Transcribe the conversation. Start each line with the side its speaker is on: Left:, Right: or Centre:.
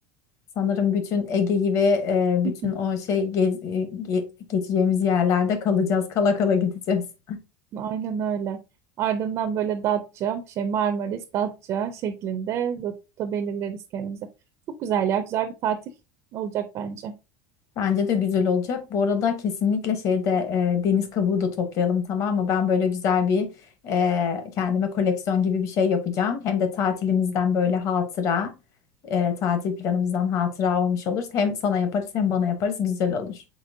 Left: Sanırım bütün Ege'yi ve e,
Right: <laughs>
Left: bütün o şey gez, e, ge- geçeceğimiz yerlerde kalacağız. Kala kala gideceğiz.
Right: Aynen öyle. Ardından böyle Datça, şey Marmaris, Datça şeklinde rota belirleriz kendimize. Çok güzel ya. Güzel bir tatil olacak bence.
Left: Bence de güzel olacak. Bu arada kesinlikle şeyde e, deniz kabuğu da toplayalım tamam mı? Ben böyle güzel bir e, kendime koleksiyon gibi bir şey yapacağım. Hem de tatilimizden böyle hatıra, e, tatil planımızdan hatıra olmuş olur. Hem sana yaparız hem bana yaparız güzel olur.